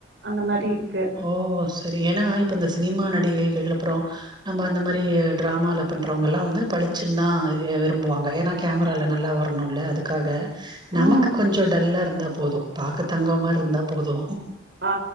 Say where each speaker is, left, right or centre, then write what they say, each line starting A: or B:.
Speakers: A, on the right (about 60°); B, on the right (about 25°).
A: அந்த மாரி இருக்கு
B: ஓ சரி ஏன்னா இப்போ இந்த சினிமா நடிகைகள் அப்புறோ நம்ம அந்த மாரி டிராமால பண்றவங்க எல்லா வந்து பளிச்சுன்ன தா விரும்புவாங்க ஏன்னா கேமரால்ல நல்லா வரணுல்ல அதுக்காக நமக்கு
A: ம்.
B: கொஞ்சோ டல்லா இருந்தா போது பாக்க தங்க மாரி இருந்தா போது
A: ஆ